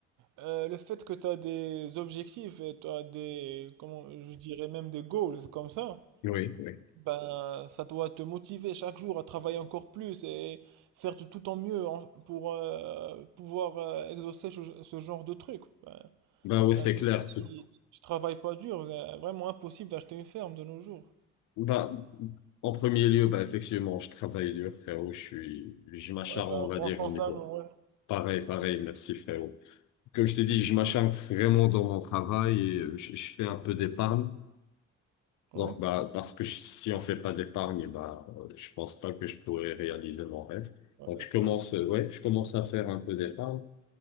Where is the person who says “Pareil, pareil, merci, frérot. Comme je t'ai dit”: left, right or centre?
Left